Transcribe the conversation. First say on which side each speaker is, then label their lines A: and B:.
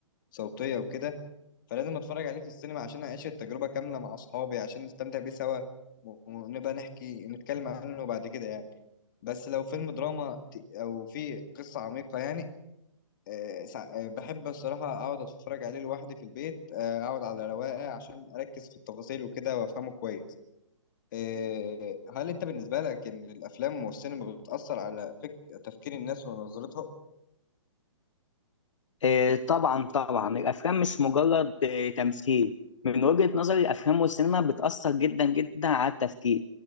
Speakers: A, on the left; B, on the left.
A: صوتية وكده فلازم اتفرج عليه في السينما عشان اعيش التجربة كاملة مع اصحابي عشان نستمتع بيه سوا ونبقى نحكي نتكلم عنه بعد كده يعني بس لو فيلم دراما ت- او فيه قصة عميقة يعني آه، سا- آه، بحب الصراحة أقعد أتفرج عليه لوحدي في البيت آه، أقعد على رواقة عشان أركز في التفاصيل وكده وأفهمه كويس آه، هل أنت بالنسبة لك إن الأفلام والسينما بتأثر على فك... تفكير الناس ونظرتها؟
B: آه، طبعا طبعا الافلام مش مجرد آه، تمثيل من وجهة نظري الافلام والسينما بتاثر جدا جدا على التفكير